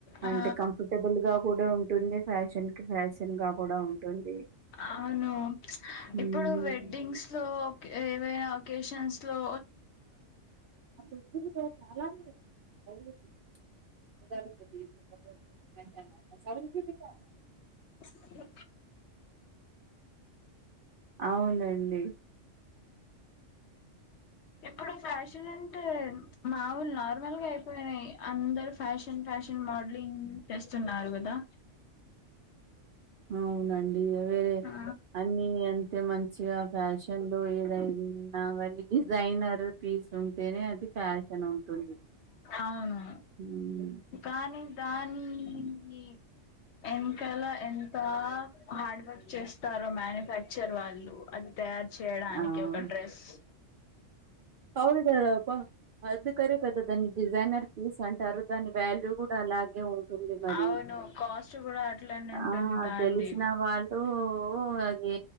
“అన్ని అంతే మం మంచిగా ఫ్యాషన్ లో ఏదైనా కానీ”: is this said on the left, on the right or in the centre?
Right